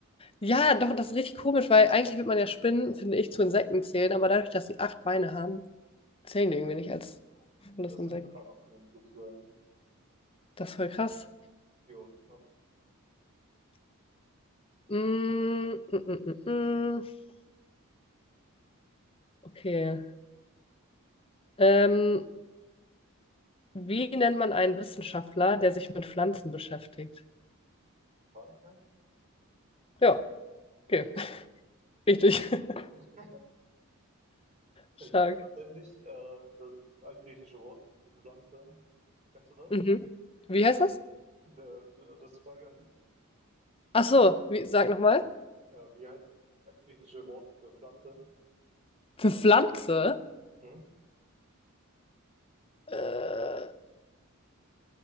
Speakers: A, on the left (about 25°); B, on the right (about 30°).
A: Ja, doch, das ist richtig komisch, weil eigentlich wird man ja Spinnen, finde ich, zu Insekten zählen, aber dadurch, dass sie acht Beine haben, zählen die irgendwie nicht als
B: Nee,
A: das
B: das
A: Insekt.
B: sind Arachniden sozusagen.
A: Das ist voll krass.
B: Jo, ja.
A: Mm, mm, mm, mm, mm. Okay. Ähm, wie nennt man einen Wissenschaftler, der sich mit Pflanzen beschäftigt?
B: Botaniker?
A: Ja, okay.
B: Okay.
A: <laughs> Richtig. <laughs>
B: <laughs>
A: Stark.
B: Ich weiß tatsächlich äh, das altgriechische Wort zu Pflanze. Kennst du das?
A: Mhm. Wie heißt das?
B: Der, der, das ist die Frage an dich.
A: Ach so, wie, sag nochmal.
B: Ja, wie heißt das altgriechische Wort für Pflanze?
A: Für Pflanze?
B: Mhm.
A: Äh,